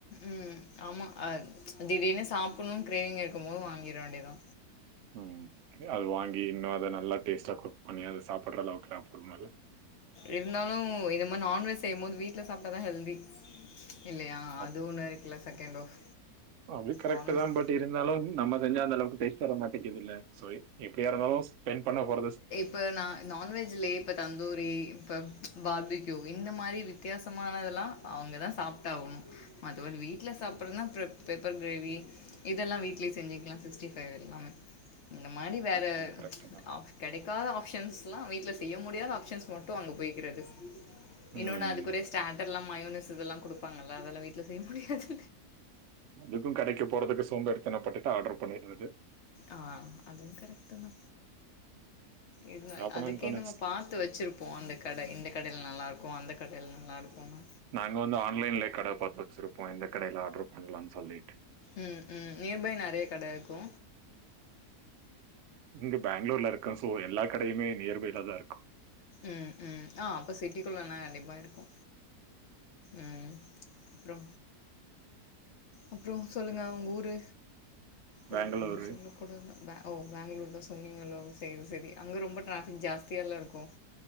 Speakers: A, on the left; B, on the right.
A: ம் ஆமா அது திடீர்னு சாப்பிடணும்னு கிரேவிங் இருக்கு போது வாங்கிட வேண்டிதா
B: ம் அது வாங்கி இன்னு அத நல்லா டேஸ்ட்டா குக் பண்ணி அது சாப்பிடுற அளவுக்குலா பொரும இல்ல
A: இருந்தாலு இத மாரி நான் வெஜ் செய்யு போது வீட்டுல சாப்பிட்டாதா ஹெல்தி இல்லையா அது
B: அத்
A: ஒன்னு இருக்குல செகண்ட் ஆஃப்
B: அது கரெக்ட்டு
A: நான்வெஜ்
B: தா பட் இருந்தாலு நம்ம செஞ்சா அந்த அளவுக்கு டேஸ்ட் வர மாட்டேக்கிதுல்ல சோ எப்டியா இருந்தாலு ஸ்பெண்ட் பண்ண போறது
A: இப்போ நா நான் வெஜ்லேயே இப்போ தந்தூரி இப்போ பார்பிகியு இந்த மாரி வித்தியாசமானதெல்லா அவுங்கதா சாப்பிட்டாகணு மத்தபடி வீட்ல சாப்பிட்றதுனா பெப் பெப்பர் கிரேவி இதெல்லா வீட்லயே செஞ்சுக்கலா சிக்ஸ்டி ஃபைவ் எல்லாமே இந்த மாரி வேற
B: அதுவும் கரெக்ட் தான்.
A: ஆஃப் கிடைக்காத ஆப்ஷன்ஸ்லா வீட்டுல செய்ய முடியாத ஆப்ஷன்ஸ் மட்டு அங்க போய்கிறது இன்னொன்னு
B: ம்.
A: அதுக்குறிய ஸ்டேட்டர்ல்லா மயோனிஸ் இதெல்லா குடுப்பாங்கல்ல அதெல்லா வீட்டுல செய்ய முடியாது
B: அதுக்கு கடைக்கு போறதுக்கு சோம்பேறித்தனோ பட்டுட்டு ஆர்டர் பண்ணிடுறது
A: ஆ அதுவு கரெக்ட்டு தா இருந்தாயு
B: சாப்பிடணும்னு
A: அதுக்கு
B: தோணுச்சு.
A: என்னமோ பாத் த்து வச்சிருப்போ அந்த கடை இந்த கடையில நல்லா இருக்கு அந்த கடையில நல்லா இருக்குனு
B: நாங்க வந்து ஆன்லைன்ல கடை பாத்து வச்சிருப்போம் எந்த கடையில ஆர்டர் பண்ணலானு சொல்லிட்டு
A: ம் ம் நியர் பை நறையா கடை இருக்கு
B: இங்க பெங்களூர்ல இருக்க சோ எல்லா கடையுமே நியர் பைல தா இருக்கு
A: ம் ம் ஆ அப்ப சிட்டிக்குள்ளனா கண்டிப்பா இருக்கு ம் அப்புறோ அப்புறோ சொல்லுங்க உங்க ஊரு
B: பெங்களூரு
A: ஓ ஊரு சொல்ல கூட ஓ பேங்களூர் தா சொன்னீங்களோ சேரி சேரி அங்க ரொம்ப ட்ராஃபிக் ஜாஸ்தியால இருக்கு <inaudible>